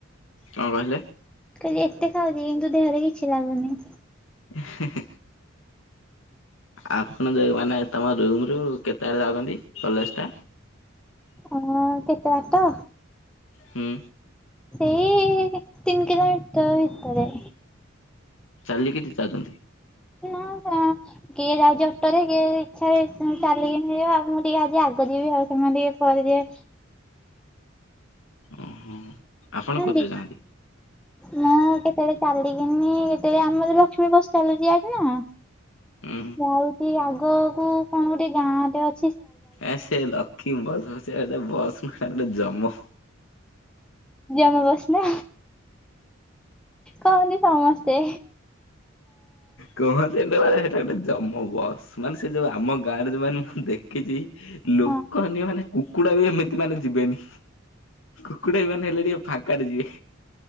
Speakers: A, on the left; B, in the centre.
A: କଣ କହିଲେ?
B: କଉଚି ଏତେ ଖାଉଚି କିନ୍ତୁ ଦେହରେ କିଛି ଲାଗୁନି।
A: ହୁଁ ହୁଁ ଆପଣ ଯୋଉ ମାନେ ତମ ରୁମ୍ ରୁ କେତେବାଟ ଜାଉଛନ୍ତି କଲେଜ୍‌ ଟା?
B: ଆଁ କେତେ ବାଟ?
A: ହୁଁ।
B: ସେଇ ତିନି କିଲମିଟର ଭିତରେ।
A: ଚାଲିକିରି ଜାଉଛନ୍ତି? <unintelligible>
B: ନା କିଏ ଯାଉଚି ଅଟରେ, କିଏ ଇଚ୍ଛାରେ ଉଁ ଚାଲିକିନି ଯିବ ମୁଁ ଟିକେ ଆଜି ଆଗ ଯିବି ଆଉ ସେମାନେ ଟିକେ କରି ଦିଅ
A: ଉଁ ହୁଁ ଆପଣ
B: ନାହାନ୍ତି
A: କୋଉଥିରେ ଜାଆନ୍ତି?
B: ମୁଁ କେତେବେଳେ ଚାଲିକିନି, କେତେବେଳେ ଆମର ଲକ୍ଷ୍ମୀ ବସ୍ ଚାଲୁଛି ୟାଡେନା
A: ଉଁ
B: ଯାଉଚି ଆଗକୁ କଣ ଗୋଟେ ଗାଁ ଟେ ଅ
A: ଆ ସେ ଡ଼ କି ବସ୍ ବସେ ବସ୍ ମାନେ ଜମ।
B: ଯିଏ ଆମ ବସ୍ ନା କହନି ସମସ୍ତେ
A: କହନ୍ତିନା ମାନେ ହେଟା ଗୋଟେ ଜମ ବସ୍। ମାନେ ସେ ଯୋଉ ଆମ ଗାଁ ରେ ଯୋଉମାନେ ମୁଁ ଦେଖିଛି ଲୋକ
B: ହଁ
A: ଅନ୍ୟ ମାନେ କୁକୁଡ଼ା ବି ଏମିତି ମାନେ ଯିବେନି କୁକୁଡା ବି ମାନେ ହେଲେ ଟିକେ ଫାଙ୍କାରେ ଯିବେ।